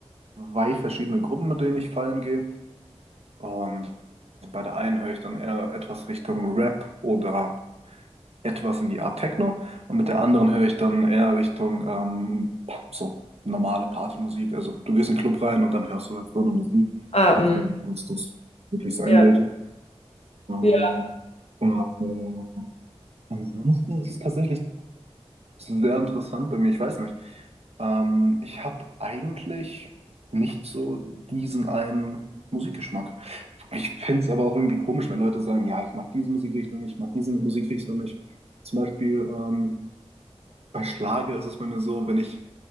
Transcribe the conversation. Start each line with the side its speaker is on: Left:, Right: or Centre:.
Right: zwei verschiedene Gruppen, mit denen ich feiern gehe. Und bei der einen höre ich dann eher etwas Richtung Rap oder etwas in die Art Techno. Und mit der anderen höre ich dann eher Richtung ähm, so normale Partymusik. Also du gehst in den Club rein und dann hörst du halt so eine Musik.
Left: Ah,
Right: Ich
Left: mm.
Right: weiß gar nicht, was das wirklich sein
Left: Ja.
Right: sollte. Ähm,
Left: Ja.
Right: aber ansonsten ist es tatsächlich das ist sehr interessant bei mir, ich weiß nicht. Ähm, ich habe eigentlich nicht so diesen einen Musikgeschmack. Ich finde es aber auch irgendwie komisch, wenn Leute sagen, ja, ich mag diese Musikrichtung nicht, ich mag diese Musikrichtung nicht. Zum Beispiel ähm, bei Schlager ist es bei mir so, wenn ich